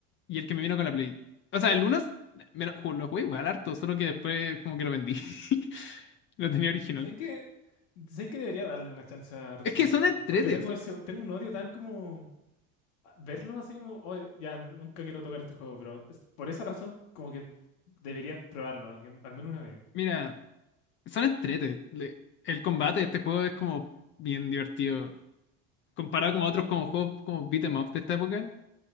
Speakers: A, on the left; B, on the left.
A: y el que me vino con la Play. O sea, el uno es- me lo, ju- lo jugué igual harto, solo que después como que lo vendí. <laughs> Lo tenía original.
B: ¿Sabes qué? Sé que debería darle una chance a Ratchet
A: Es que
B: y
A: son
B: Clank,
A: entretes.
B: porque tengo
A: son-
B: ese, tengo un odio tan como verlo así como, "Oye, ya nunca quiero tocar este juego, pero es- por esa razón como que debería probarlo alguien, al menos una vez.
A: Mira, son entretes. Le- el combate de este juego es como bien divertido. Comparado con otros como juegos como beat 'em up de esta época,